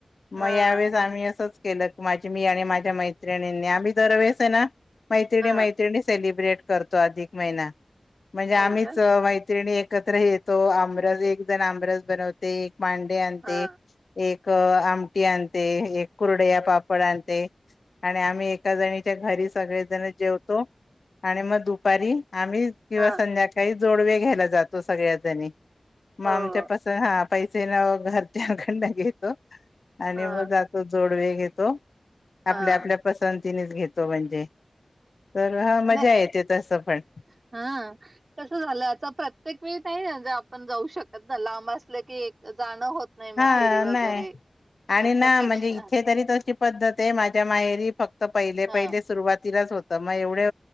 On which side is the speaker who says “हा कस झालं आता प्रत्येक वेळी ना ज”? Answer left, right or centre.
Right